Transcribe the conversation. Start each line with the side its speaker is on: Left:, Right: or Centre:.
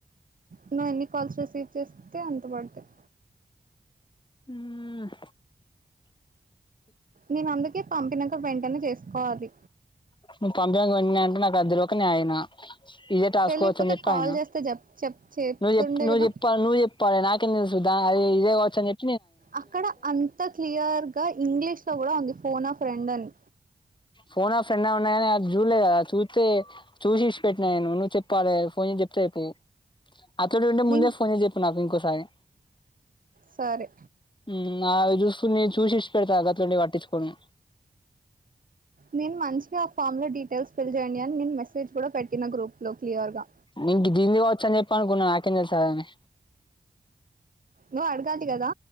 Right: నువ్వు ఎన్ని కాల్స్ రిసీవ్ చేస్తే అంత పడతయ్
Left: హ్మ్
Right: నేను అందుకే పంపినాక వెంటనే చేసుకోవాలి
Left: నువ్వు పంపిన వెంటనే అంటే నాకు అద్దలోకే నయన ఇదే టాస్కో
Right: తెలియకపోతే
Left: వచ్చని చెప్పి
Right: కాల్
Left: ఆయన
Right: చేస్తే చెప్ చెప్ చెప్తుండే
Left: నువ్వు చెప్పు నువ్వు
Right: కదా
Left: చెప్పా నువ్వు చె ప్పాలి నాకేం తెలుసు దా అది ఇదే కావచ్చ అని చెప్
Right: అక్కడ అంత క్లియర్గా ఇంగ్లీష్లో కూడా ఉంది ఫోన్ ఆ ఫ్రెండ్ అని
Left: ఫోన్ ఆ ఫ్రెండ్ ఉన్నాయని అది జూడలేదు కదా చూస్తే చూసి ఇచ్చి ఇడిచిపెట్టిన నేను నువ్వు చెప్పాలె ఫోన్ చెప్తే అయిపోయే అతడు ఉంటే ముందే
Right: నేను
Left: ఫోన్ చేసి చెప్పు నాకు ఇంకోసారి
Right: సరే
Left: మ్మ్ అవి చూసుకుని చూసి ఇడిసి పెడతా గట్లంటి పట్టించుకొను
Right: నేను మంచిగా ఆ ఫామ్ లో డీటెయిల్స్ ఫిల్ చేయండి అని నేను మెసేజ్ కూడా పెట్టిన గ్రూప్ లో క్లియర్గా
Left: నీకు దీంది కావచ్చు అని చెప్ప అనుకున్నా నాకేం తెలుసు అలా అని
Right: నువ్ అడగాటి కదా